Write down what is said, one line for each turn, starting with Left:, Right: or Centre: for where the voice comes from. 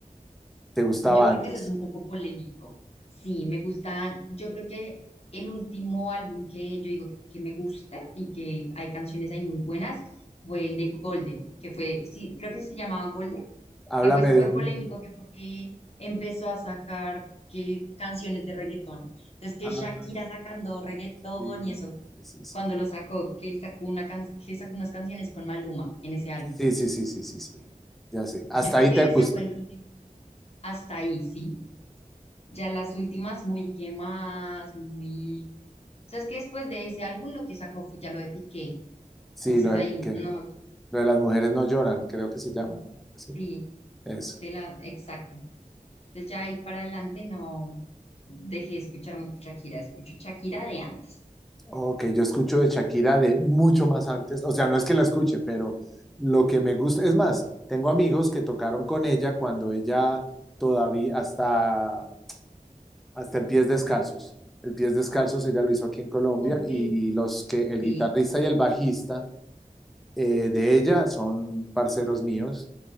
Centre: ¿Te gustaba
Left: Y yo creo
Centre: antes?
Left: que eso es un poco polémico. Sí, me gusta, yo creo que el último álbum que yo digo que me gusta y que hay canciones ahí muy buenas fue el de Golden, que fue, sí, creo que se llamaba Golden,
Centre: Háblame
Left: que fue súper
Centre: de un,
Left: polémico, que porque empezó a sacar que canciones de reggaetón. Entonces, que
Centre: Ah,
Left: Shakira sacando reggaetón
Centre: sí,
Left: y eso,
Centre: sí, sí, sí.
Left: cuando lo sacó, que sacó una can- que sacó unas canciones con Maluma en ese álbum.
Centre: Sí, sí, sí, sí, sí, sí. sí. Ya sé. Hasta
Left: Yo creo
Centre: ahí
Left: que
Centre: te
Left: ese
Centre: gusta.
Left: fue el último. Hasta ahí, sí. Ya las últimas muy quemadas, muy... O sea, es que después de ese álbum lo que sacó fue ya lo de Piqué.
Centre: Sí,
Left: Entonces
Centre: lo de,
Left: ahí
Centre: que,
Left: no me
Centre: lo de las mujeres no lloran, creo que se llama, ¿no? Algo así.
Left: Sí,
Centre: Eso.
Left: de la, exacto. Entonces ya ahí para adelante no dejé de escuchar mucho Shakira, escucho Shakira de antes.
Centre: Ok, yo escucho de Shakira de mucho más antes. O sea, no es que la escuche, pero lo que me gusta, es más, tengo amigos que tocaron con ella cuando ella todavía, hasta, hasta el Pies Descalzos. El Pies Descalzos ella lo hizo aquí en Colombia
Left: Ok,
Centre: y los que, el
Left: sí.
Centre: guitarrista y el bajista eh, de ella, son parceros míos.